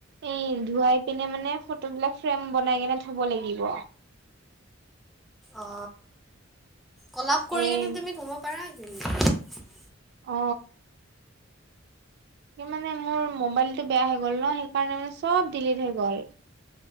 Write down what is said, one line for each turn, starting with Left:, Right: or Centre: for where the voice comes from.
Right: এই ধুৱাই পিনে মানে ফটো বিলাক ফ্ৰেম বনাই কেনে থব লাগিব?
Centre: অ কলপ কৰি
Right: এই
Centre: কিনে তুমি থব পাৰা কি?
Right: অ স মানে মোৰ মোবাইলটো বেয়া হৈ গ'ল ন সেইকাৰণে মানে চব ডিলিট হৈ গ'ল।